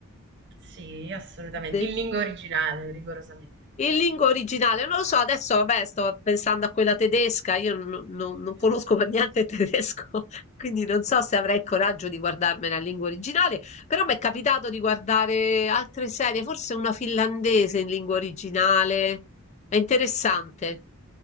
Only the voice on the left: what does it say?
De-
in lingua originale, non lo so, adesso vabbè sto pensando a quella tedesca, io non, non- non conosco per niente il tedesco, <laughs> quindi non so se avrei il coraggio di guardarmela in lingua originale, però mi è capitato di guardare altre serie, forse una finlandese in lingua originale, è interessante,